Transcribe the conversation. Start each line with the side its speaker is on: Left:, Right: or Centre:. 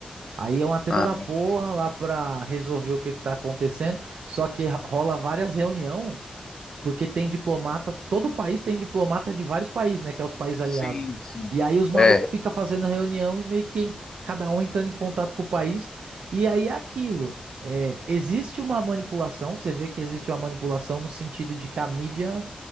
Right: Aí é uma treta
Left: Ah,
Right: da porra lá pra resolver o que que tá acontecendo. Só que rola várias reuniões porque tem diplomata, todo país tem diplomata de vários países, né? Que é os países aliados.
Left: Sim, sim.
Right: E aí os malucos
Left: É,
Right: ficam fazendo reunião e meio que ent- cada um entrando em contato com o país. E aí é aquilo. É, existe uma manipulação, você vê que existe uma manipulação no sentido de que a mídia